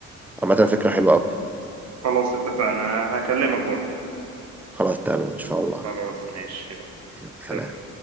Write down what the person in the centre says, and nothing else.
عامه
فكره حلوه قوي
خلاص تمام ان شاء الله
سلام